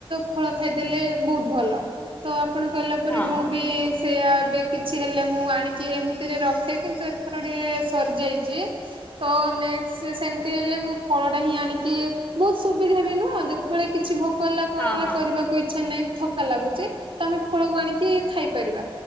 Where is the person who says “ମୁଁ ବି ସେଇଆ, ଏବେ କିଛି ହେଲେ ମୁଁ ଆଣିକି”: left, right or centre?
Right